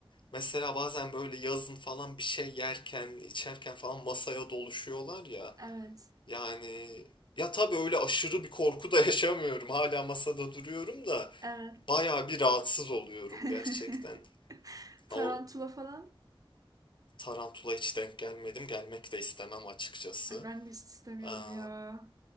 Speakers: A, on the left; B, on the right.
A: mesela bazen böyle yazın falan bir şey yerken, içerken falan masaya doluşuyorlar ya.
B: Evet.
A: Yani ya tabii öyle aşırı bir korku da <laughs> yaşamıyorum. Hala masada duruyorum da
B: Evet.
A: bayağı bir rahatsız oluyorum
B: <laughs>
A: gerçekten.
B: Tarantula
A: O
B: falan.
A: tarantula hiç denk gelmedim. Gelmek de istemem açıkçası.
B: Ay ben de hiç istemiyorum
A: Aa,
B: ya.